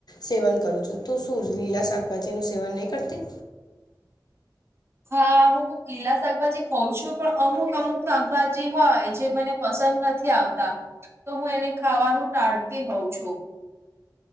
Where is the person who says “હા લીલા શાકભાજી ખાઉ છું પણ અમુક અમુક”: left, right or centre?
Right